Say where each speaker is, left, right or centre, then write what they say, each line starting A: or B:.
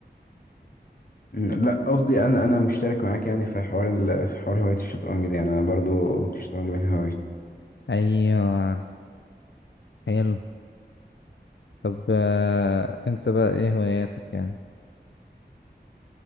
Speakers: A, on the left; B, on the left.
A: لا قصدي انا انا مشترك معاك يعني في حوار ال... في حوار هوايه الشطرنج دي يعني انا برضو الشطرنج من هوايتي
B: أيوة حلو طب آه أنت بقى إيه هواياتك يعني؟